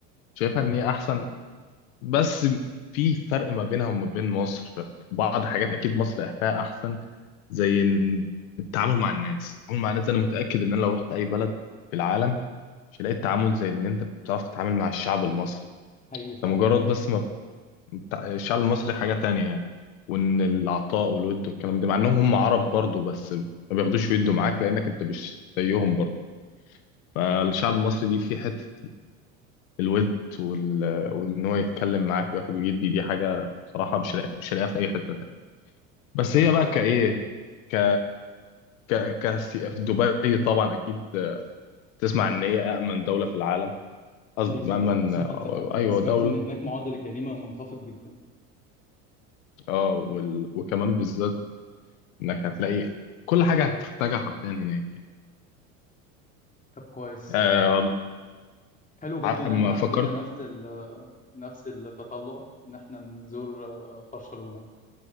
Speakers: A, on the left; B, on the left.
A: شايفها إن هي أحسن بس في فرق ما بينها وما بين مصر في بعض حاجات اكيد مصر فيها احسن زي إن التعامل مع الناس التعامل مع الناس انا متاكد ان انا لو رحت اي بلد في العالم مش هلاقي التعامل زي اللي انت بتعرف تتعامل مع الشعب المصري
B: حقيقي فعلا
A: ده مجرد بس ما بت- الشعب المصري حاجه تانية يعني وان العطاء والود والكلام ده مع انهم هم عرب برضه بس ما بياخدوش ويدوا معاك لانك انت مش زيهم برضه فالشعب المصري دي في حته الود وال... وان هو يتكلم معاك وياخد ويدي دي حاجه بصراحه مش لاقي مش لاقيها في اي حته تانية بس
B: انا
A: هي
B: متفق
A: بقى كايه
B: معاك
A: ك ك ك في دبي طبعا اكيد تسمع ان هي امن دوله في العالم قصدي
B: حقيقي فعلا
A: امن
B: سمعت
A: ايوه
B: سمعت
A: دوله
B: ان هناك معدل الجريمه منخفض جدا
A: اه وال... وكمان بالذات انك هتلاقي كل حاجه هتحتاجها حرفيا هناك يعني.
B: طب كويس
A: آه...
B: حلو برضو
A: ع-
B: ان
A: ما
B: احنا
A: فكرت
B: عندنا نفس ال نفس التطلع ان احنا نزور آه، برشلونه